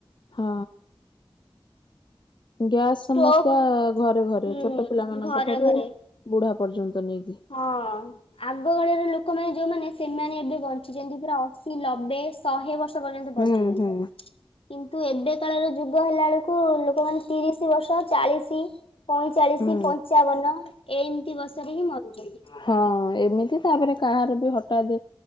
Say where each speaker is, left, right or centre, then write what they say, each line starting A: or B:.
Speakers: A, on the left; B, on the left.
A: ହଁ। ଗ୍ୟାସ୍
B: ଷ୍ଟୋକ୍
A: ସମସ୍ୟା ଘରେ ଘରେ
B: ହୁଁ
A: ଛୋଟ ପିଲା ମାନଙ୍କ
B: ଘରେ
A: ଠାରୁ
B: ଘରେ
A: ବୁଢା ପର୍ଯ୍ୟନ୍ତ ନେଇକି।
B: ହଁ ଆଗକାଳରେ ଲୋକମାନେ ଯୋଉମାନେ ସେମାନେ ଏବେ ବଞ୍ଚିଛନ୍ତି ପୁରା ଅଶୀ ଲବେ ଶହେ ବର୍ଷ ପର୍ଯ୍ୟନ୍ତ ବଞ୍ଚିଛନ୍ତି
A: ହୁଁ ହୁଁ
B: କିନ୍ତୁ ଏବେ କାଳର ଯୁଗ ହେଲା ବେଳକୁ ଲୋକମାନେ ତିରିଶି ବର୍ଷ ଚାଳିଶି ପଇଁଚାଳିଶି
A: ହୁଁ
B: ପଞ୍ଚାବନ ଏଇମିତି ବର୍ଷରେ ହିଁ ମରୁଚନ୍ତି।
A: ହଁ ଏମିତି ତାପରେ କାହାର ବି ହଠାତ୍